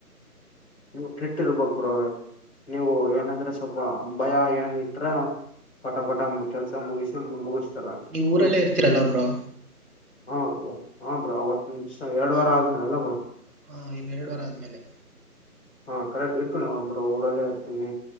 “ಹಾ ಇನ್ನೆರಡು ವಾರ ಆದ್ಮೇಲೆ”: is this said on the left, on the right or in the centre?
Centre